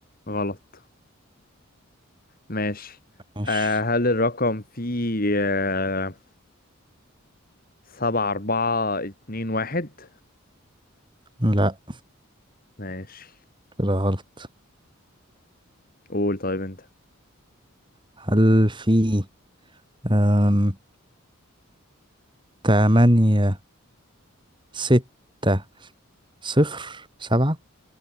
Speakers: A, on the left; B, on the right.
A: غلط ماشي
B: ماشي
A: آه هل الرقم فيه آه سبعة أربعة اتنين واحد
B: لا
A: ماشي
B: كده غلط
A: قول طيب انت
B: هل في آم، تمانية ستة صفر سبعة